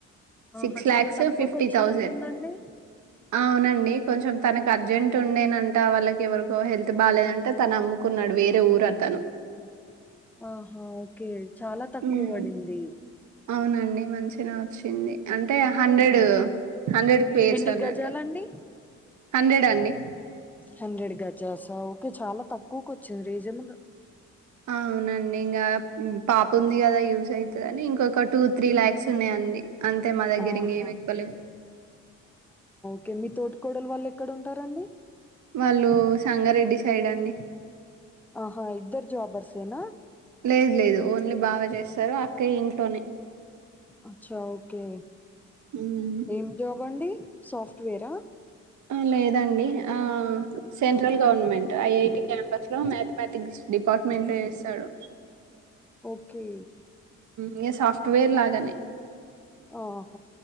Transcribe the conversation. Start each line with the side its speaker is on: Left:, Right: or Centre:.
Right: సిక్స్
Centre: ఆహా!
Right: లాక్స్
Centre: చాలా తక్కువకొచ్చినట్టుందండి.
Right: ఫిఫిటీ తౌజండ్ అవునండి కొంచెం తనకు అర్జెంట్ ఉండేనంట వాళ్ళకి ఎవరికో హెల్త్ బాలేదంటే తన అమ్ముకున్నాడు, వేరే ఊరు అతాను
Centre: ఆహా ఓకే చాలా తక్కువ
Right: ఉమ్,
Centre: పడింది,
Right: అవునండి మంచిగానే వచ్చింది. అంటే హండ్రెడ్
Centre: హ్మ్.
Right: హండ్రెడ్ కేర్స్
Centre: ఎన్ని
Right: అన్నట్టు
Centre: గజాలండి?
Right: హండ్రెడ్ అండి
Centre: హండ్రె గజసా ఓకే చాలా తక్కువకు వచ్చింది రీజనబుల్,
Right: అవునండి ఇంకా పాప ఉంది కదా యూజ్ అవుతదాని ఇంకొక టూ త్రీ లాక్స్ ఉన్నాయండి అంతే మా దగ్గర
Centre: ఆహా!
Right: ఇంకెమి ఎక్కులేవు
Centre: ఒకే మీ తోటి కోడలు వాళ్ు ఎక్కడ ఉంటారండి,
Right: వాళ్ళు సంగారెడ్డి సైడ్ అండి
Centre: ఆహా ఇద్దరు జాబర్స్ఎన
Right: లేదు లేదు ఓన్లీ బావ చేస్తారు అక్కయ ఇంట్లోనే
Centre: అచ్చా ఓకే
Right: హ్మ్.
Centre: ఏం జాబ్ అండి సాఫ్ట్వేరా
Right: ఆ లేదండి ఆ సెంట్రల్ గవర్నమెంట్ ఐఐటి క్యాంపస్ లో మ్యాథమెటిక్స్ డిపార్ట్మెంట్ లో చేస్తాడు,
Centre: ఓకే
Right: ఇగా సాఫ్ట్వేర్ లాగానే
Centre: <unintelligible>